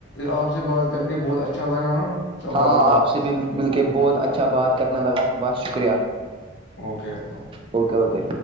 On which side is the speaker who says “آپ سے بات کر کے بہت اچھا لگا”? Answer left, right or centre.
Left